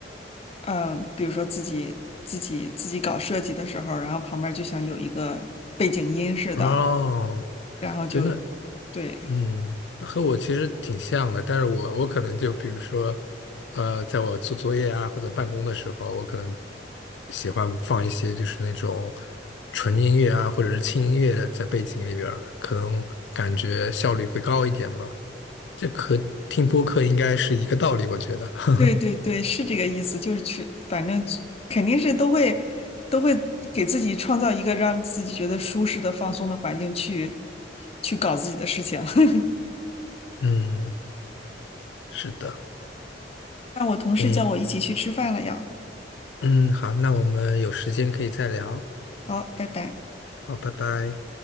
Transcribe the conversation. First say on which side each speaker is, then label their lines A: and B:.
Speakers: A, on the left (about 35°); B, on the left (about 80°).
A: 嗯，比如说自己自己自己搞设计的时候，然后旁边就想有一个背景音似的，
B: 哦，
A: 然后就，
B: 真的，
A: 对
B: 嗯，和我其实挺像的，但是我我可能就比如说，呃，在我做作业啊或者办公的时候，我可能喜欢放一些就是那种纯音乐啊或者是轻音乐在背景里边儿，可能感觉效率会高一点吧。这和听播客应该是一个道理，我觉得。<laughs>
A: 对对对，是这个意思，就是去，反正肯定是都会都会给自己创造一个让自己觉得舒适的、放松的环境去去搞自己的事情。<laughs>
B: 嗯，是的。
A: 那我同事叫我一起去吃饭了呀，
B: 诶，嗯，好，那我们有时间可以再聊。
A: 好，拜拜。
B: 好，拜拜。